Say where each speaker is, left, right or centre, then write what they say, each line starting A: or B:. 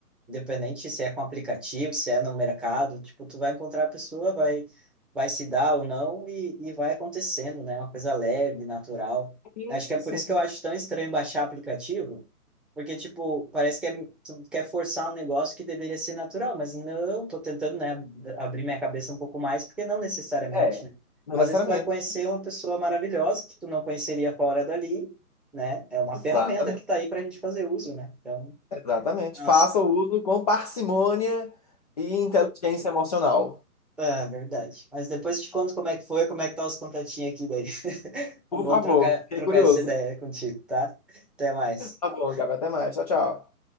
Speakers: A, in the centre; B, on the left.
A: Independente se é com aplicativo, se é no mercado, tipo, tu vai encontrar a pessoa, vai, vai se dar ou não e, e vai acontecendo, né? Uma coisa leve, natural.
B: Sim,
A: Acho
B: sim,
A: que é por
B: sim.
A: isso que eu acho tão estranho baixar aplicativo. Porque, tipo, parece que é, tu quer forçar um negócio que deveria ser natural, mas não, tô tentando, né, ab- abrir minha cabeça um pouco mais, porque não necessariamente,
B: É,
A: né?
B: não
A: Às
B: necessariamente.
A: vezes tu vai conhecer uma pessoa maravilhosa que tu não conheceria fora dali, né? É uma
B: Exatamente,
A: ferramenta que tá aí pra gente fazer uso, né? Então,
B: exatamente.
A: as...
B: Faça o uso com parcimônia e inteligência emocional.
A: é verdade. Mas depois eu te conto como é que foi, como é que tá os contatinhos aqui daí. <laughs>
B: Por
A: É bom
B: favor,
A: trocar,
B: fiquei
A: trocar
B: curioso.
A: essa ideia contigo, tá? Até mais.
B: Tá bom, Gabi, até mais. Tchau, tchau.